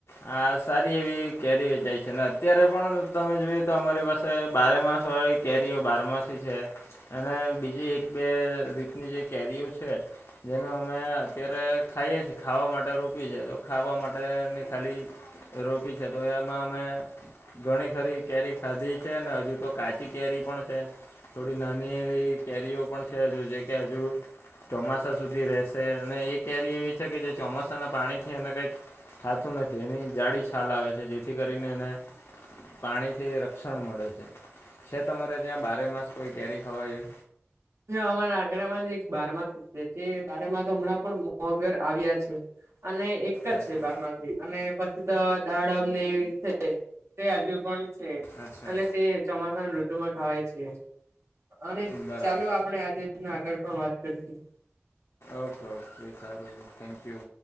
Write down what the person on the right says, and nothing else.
હ અમારા આંગણામાં જ એક બારમાસ તે બારમાસ હમણાં પણ મોગર આવ્યા છે અને એ
છે બારમાથી અને પછી તો દાડમ વી છે તે હજુ પણ
અને તે ચોમાસાના ઋતુમાં ખાવાય છે અને
ચાલો આપણે આજે આગળ પણ વાત કરીશું